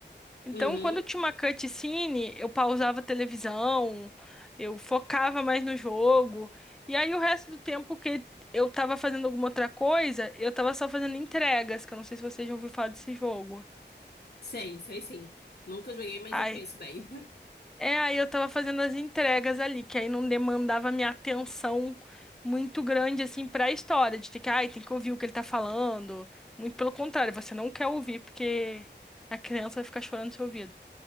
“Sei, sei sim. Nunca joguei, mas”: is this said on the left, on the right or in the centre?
Left